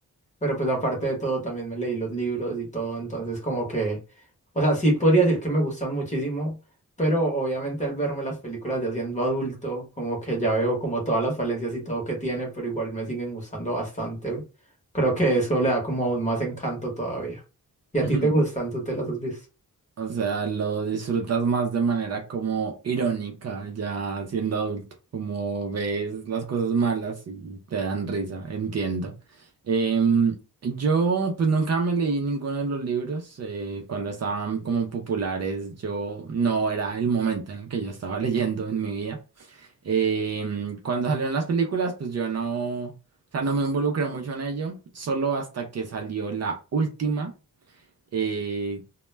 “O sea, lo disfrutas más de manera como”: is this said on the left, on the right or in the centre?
Right